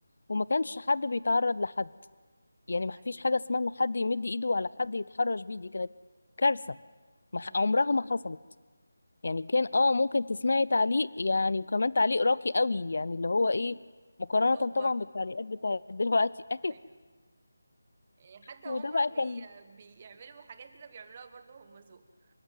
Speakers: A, on the left; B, on the right.
A: وما كانش حد بيتعرض لحد يعني ما
B: ايوه
A: فيش حاجه اسمها ان حد يمد ايده على حد يتحرش بيه دي كانت كارثه ما
B: امم
A: ح- عمرها ما حصلت يعني كان
B: ايوه
A: اه ممكن تسمعي تعليق يعني وكمان تعليق راقي قوي يعني اللي هو ايه مقارنة
B: ذوق
A: طبعا
B: برضو
A: بالتعليقات بتاعت دلوقتي <laughs> ايوه
B: ايوه يعني حتى
A: وده
B: هما
A: بقى
B: بي...
A: كان
B: بيعملوا حاجات كده بيعملوها برضو هما ذوق